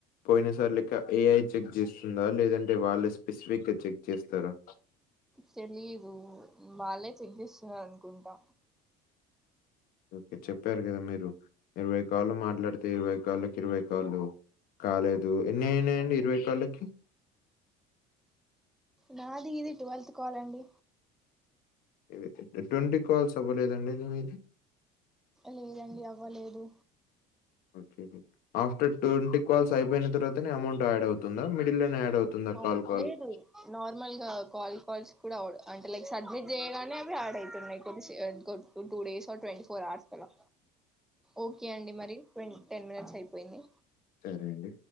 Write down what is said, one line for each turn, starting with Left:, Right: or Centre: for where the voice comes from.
Left: పోయిన సార్ క ఏఐ చెక్ చేస్తుందా లేదంటే వాళ్ళు స్పెసిఫిక్గా చెక్ చేస్తారా
Centre: తెలిదు వాళ్లే చెక్ చేస్తున్నారు అనుకుంటా
Left: ఓకే చెప్పారు కదా మీరు ఇరవై కాళ్లు మాట్లాడితే ఇరవై కాళ్ళకి ఇరవై కాళ్ళ కాలేదు అ ఎడి ఇరువైకాల
Centre: నాది ఇది టువల్త్ కాల్ అండి
Left: <inaudible> ట్వంటీ కాల్స్ అవ్వలేదండి <inaudible> మీది
Centre: లేదండి అవ్వలేదు
Left: ఓకే ఆఫ్టర్ ట్వంటీ కాల్స్ అయిపోయిన తరువా తినే అమౌంట్ యాడ్ అవుతుందా మిడిల్ లోనే యాడ్ అవుతుందా
Centre: అవును
Left: కాల్ కాల్‌కి?
Centre: లేదు నార్మల్గా కాల్ కాల్స్ కూడా ఈడు అంటే లైక్ సడ్మిట్ చేయగానే అవి add ఐతున్నయ్ <unintelligible> two days four twenty four hours అలా ఓకే అండి మరి ట్వన్ టెన్ మినిట్స్ అయిపోయింది
Left: సరే అండి.